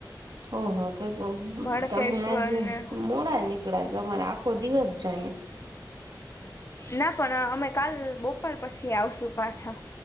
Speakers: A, on the right; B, on the left.
A: ઓહ તો તો
B: ભડકેશ્વર
A: તમે આજ
B: ને
A: મોડા જ નીકળ્યા તમારે આખો દિવસ. ચઇએ.
B: ના પણ અમે કાલ બપોર પછી આવશુ પાછા.